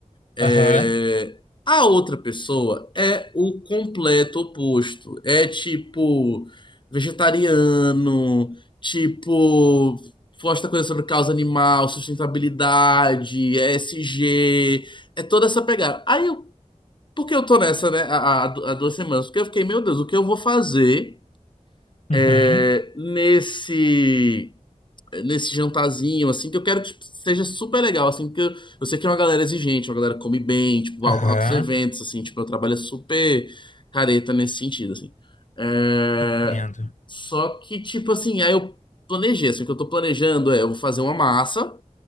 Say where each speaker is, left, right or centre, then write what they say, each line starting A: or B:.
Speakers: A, on the left; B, on the left.
A: É,
B: Aham,
A: A outra pessoa é o completo oposto. É tipo vegetariano, tipo posta coisa sobre causa animal, sustentabilidade, E S G é toda essa pegada. Aí eu, porque eu tô nessa, né, há, há du- há duas semanas, porque eu fiquei, meu Deus, o que eu vou fazer
B: uhum,
A: é, nesse nesse jantarzinho, assim, que eu quero que tipo, seja super legal, assim, porque eu, eu sei que é uma galera exigente, uma galera que come bem, tipo, al-
B: aham.
A: altos eventos, assim, tipo, eu trabalho super careta nesse sentido, assim. É,
B: Entendo.
A: Só que, tipo assim, aí eu planejei, assim, o que eu tô planejando é, eu vou fazer uma massa,